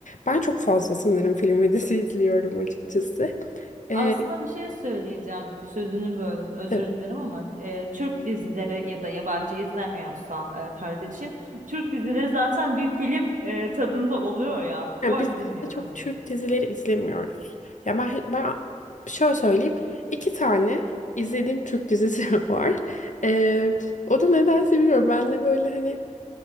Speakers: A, on the left; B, on the right.
A: Ben çok fazla sanırım film ve dizi <laughs> izliyorum açıkçası. Ee,
B: Aslında bir şey söyleyeceğim. Sözünü böldüm. Özür
A: tabii.
B: dilerim ama e, Türk dizileri ya da yabancı izlemiyorsa e, kardeşim, Türk dizileri zaten bir film e, tadında oluyor ya.
A: Yani
B: Bu arada
A: biz de
B: dinliyorum.
A: çok Türk dizileri izlemiyoruz. Ya ben ben şöyle söyleyeyim. iki tane izlediğim Türk dizisi <laughs> var. Ee, o da nedense bilmiyorum. Ben de böyle hani